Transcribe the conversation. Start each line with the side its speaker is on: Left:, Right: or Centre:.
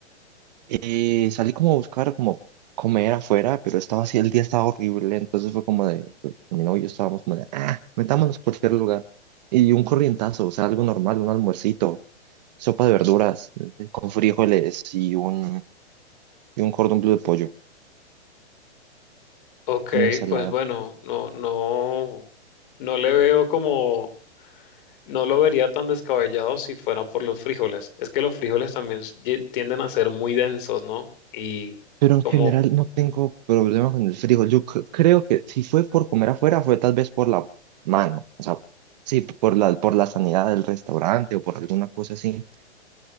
Right: Eh, salí como a buscar como comer afuera, pero estaba así, el día estaba horrible, entonces fue como de, pues, mi novio y yo estábamos como de, ah, metámonos a cualquier lugar. Y un corrientazo, o sea, algo normal, un almuercito, sopa de verduras eh, con frijoles y un, y un cordón bleu de pollo.
Left: Ok,
Right: en ensalada.
Left: pues bueno, no, no, no le veo como, no lo vería tan descabellado si fuera por los frijoles. Es que los frijoles también s- ye- tienden a ser muy densos, ¿no? Y
Right: Pero en
Left: como,
Right: general no tengo problema con el frijol. Yo c- creo que si fue por comer afuera, fue tal vez por la mano. O sea, sí, por la, por la sanidad del restaurante o por alguna cosa así,